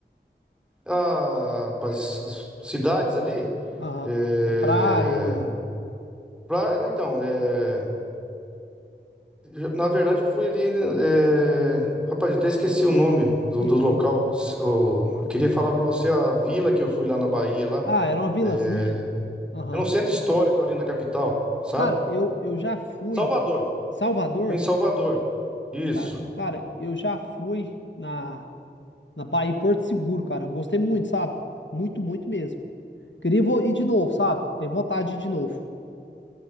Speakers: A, in the centre; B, on the left.
A: Ah, rapaz, as cidades ali
B: Aham.
A: é...
B: Praia.
A: pra- não, então, é... já- na verdade eu fui ali é... Rapaz, eu até esqueci o nome do,
B: Uhum.
A: do local. Se- o- Eu queria falar pra você a vila que eu fui lá na Bahia lá.
B: Ah, era uma vilazinha.
A: é,
B: Aham.
A: É um centro histórico ali na capital, sabe?
B: Cara, eu, eu já fui.
A: Salvador.
B: Salvador.
A: Fui Em Salvador. Isso.
B: Ah, Cara, eu já fui na, na Bahia em Porto Seguro, cara. Gostei muito, sabe? Muito, muito mesmo. Queria vo- ir de novo, sabe? Tem vontade de ir de novo.